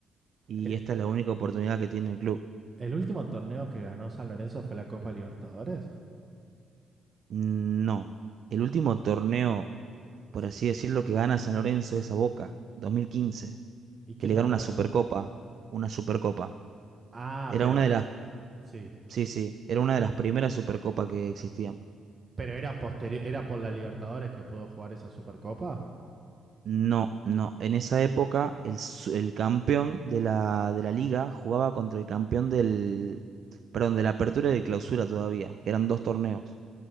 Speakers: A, on the right; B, on the right.
A: Y
B: ¿El,
A: esta es la única oportunidad que tiene el club.
B: el último torneo que ganó San Lorenzo fue la Copa Libertadores?
A: Mm, No. El último torneo, por
B: Sí.
A: así decirlo, que gana San Lorenzo es a Boca, 2015.
B: ¿Y qué
A: Que le
B: torneo
A: gana una
B: era?
A: Supercopa. Una Supercopa.
B: Ah,
A: Era
B: pero
A: una de las...
B: sí.
A: Sí, sí. Era una de las primeras Supercopas que existían.
B: Pero era posterior, era por la Libertadores que pudo jugar esa Supercopa.
A: No, no. En esa época el, su- el campeón de la, de la liga jugaba contra el campeón del, perdón, de la apertura y de clausura todavía, que eran dos torneos.